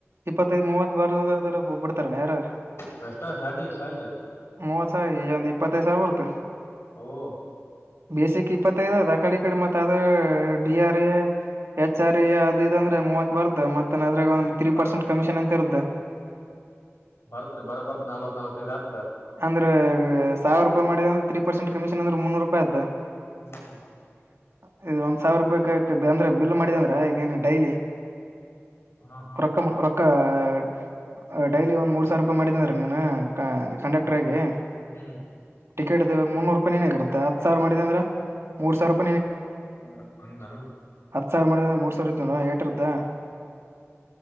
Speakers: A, on the right; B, on the left.
A: ಇಪ್ಪತ್ತೈದು ಮೂವತ್ತ <unintelligible> ಬರುದ ಆದರ ಬಿಡ್ತಾರಾನ್ ಯಾರರ <unintelligible>
B: ಫಸ್ಟ್ ಸ್ಟಾರ್ಟಿಂಗ್ ಸ್ಯಾಲರಿ <unintelligible>
A: ಮೂವತ್ತ ಸಾವಿಯ ಒಂದ್ ಇಪ್ಪತ್ತೈದು ಸಾವಿರ ಕೊಡ್ತರ <unintelligible>
B: ಹು <unintelligible>
A: ಬೇಸಿಕ್ ಇಪ್ಪತ್ತೈದ ಅದ ಆ ಕಡೆ ಈ ಕಡೆ ಮತ್ತ ಅದ D R A H R A ಅದ ಇದ ಅಂದ್ರ ಮೂವತ್ತ <unintelligible> ಬರುತ್ತ ಮತ್ತನ್ ಅದ್ರಾಗ
B: ಹ್ಮ್
A: ಒಂದು ತ್ರೀ
B: ಬರ
A: ಪರ್ಸೆಂಟ್ ಕಮಿಷನ್ ಅಂತ ಇರುತ್ತ. <unintelligible>
B: ಬರುತ್ತ ಬರ ಬರ್ತ್ ನಲವತ್ತ ನಲವತ್ತೈದು ಆಗ್ತ. <unintelligible>
A: ಅಂದರ ಸಾವಿರ ರೂಪಾಯಿ ಮಾಡಿದಂದ್ರ <unintelligible> ತ್ರೀ ಪರ್ಸೆಂಟ್ ಕಮಿಷನ್ ಅಂದರ್ ಮುನ್ನೂರು ರೂಪಾಯಿ ಆತ್ತ.
B: ಹ್ಮ್
A: <unintelligible> ಈ ಒಂದ್ ಸಾವಿರ ರೂಪಾಯಿಕ್ಕ ಅಕೇತ ಅಂದ್ರ ಬಿಲ್ ಮಾಡಿದೇ ಅಂದ್ರ ಈಗೇನ ಡೈಲಿ.
B: ಹಾ ಹಾ
A: <unintelligible> ರೋಕ್ಕಮ ರೋಕ್ಕ. <unintelligible> ಡೈಲಿ ಒಂದ್ ಮೂರ್ ಸಾವಿರ ರೂಪಾಯಿ ಮಾಡಿಂದ್ರ ನೀ ಕಂಡಕ <unintelligible> ಕ್ಟರ್ ಆಗಿ
B: ಹ್ಮ್
A: ಟಿಕೆಟ್ ದ ಮುನ್ನೂರು ರೂಪಾಯಿ ನೀನಗ ಇರುತ್ತ ಹತ್ತು ಸಾವಿರ ಮಾಡಿದೆ ಅಂದ್ರ ಮೂರ್ ಸಾವಿರ <unintelligible>
B: ಮೂರ ಸಾವಿರ ನಂಗ ಏನ್ <unintelligible>
A: ಹತ್ತ ಸಾವಿರ್ ಮಾಡಿದರ ಮೂರ ಸಾವಿರ ಇತ್ತ ನೋಡ ಏಟ ಇರುತ್ತ? <unintelligible>